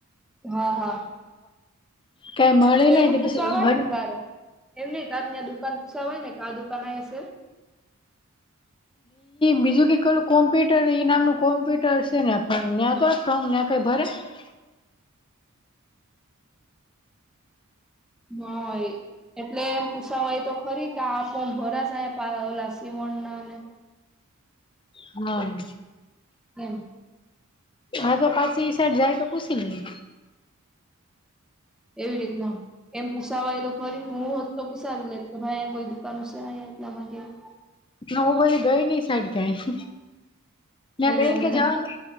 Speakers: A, in the centre; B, on the left.
A: હા, હા.
B: કઈ મળે
A: તો
B: નહીં
A: એનું પૂછાવાય
B: પછી
A: ને તારે
B: ઘ
A: એમ નહીં ત્યાં દુકાન પૂછા હોય ને કે આ દુકાન અહીંયા હશે.
B: બીજું કેલું કોમ્પ્યુટર એઈ નામનું કોમ્પ્યુટર છે ને પણ નેટ ફ્રોમ નેટ <unintelligible>
A: હય એટલે એમ પૂસાવાય તો ખરી કે આ ફોર્મ ભરા છે પ્લાસી ઓણના ને.
B: હા.
A: એમ
B: હગ પાછી સાઈડ જાય તો પૂછી લઈ.
A: એવી રીતના એમ પૂસાવાય તો ખરી હું હોત તો પૂસાવી લે કે ભાઈયા કોઈ દુકાન છે? <unintelligible>
B: નવ પછી ગઈ નઈ સાઈડ ક્યાંય ત્યાં
A: હમ
B: બેન કે જવાનું